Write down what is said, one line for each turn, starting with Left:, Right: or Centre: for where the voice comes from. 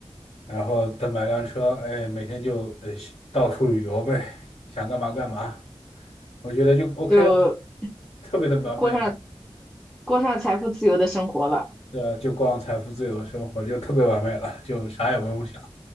Left: 然后再买辆车，哎，每天就呃到处旅游呗，想干嘛干嘛，我觉得就 OK
Centre: 就
Left: 了，<laughs> 特别的完美了。
Centre: 过上过上财富自由的生活了，
Left: 对啊，就过上财富自由的生活，就特别完美了，就啥也不用想，